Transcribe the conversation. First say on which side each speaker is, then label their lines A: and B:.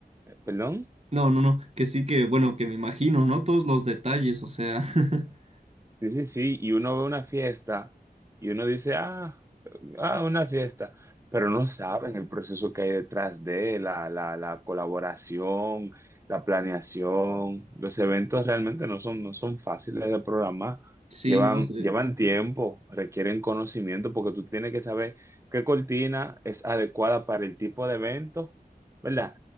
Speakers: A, on the right (about 20°); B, on the right (about 40°).
A: perdón.
B: No, no, no, que sí que, bueno, que me imagino, ¿no? Todos los detalles, o sea, <laughs>
A: Sí, sí, sí, y uno ve una fiesta y uno dice, ah, ah, una fiesta, pero no saben el proceso que hay detrás de la, la, la colaboración, la planeación. Los eventos realmente no son, no son fáciles de programar,
B: sí,
A: llevan,
B: no sé,
A: llevan tiempo, requieren conocimiento porque tú tienes que saber qué cortina es adecuada para el tipo de evento, ¿verdad?